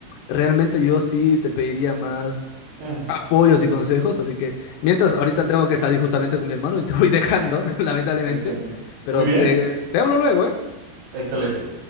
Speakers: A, on the left; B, on the right.
A: realmente yo sí te pediría más
B: Mm,
A: apoyos y consejos. Así que mientras ahorita tengo que salir justamente con mi hermano y te voy dejando, <laughs> lamentablemente,
B: excelente.
A: pero
B: Muy bien,
A: te, te hablo luego, ¿eh?
B: excelente.